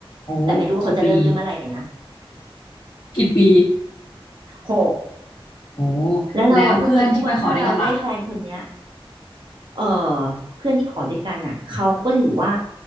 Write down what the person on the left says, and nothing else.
โอ้กี่ปี
กี่ปี
โอ้
แล้วเพื่อนที่ไปขอด้วยกันล่ะ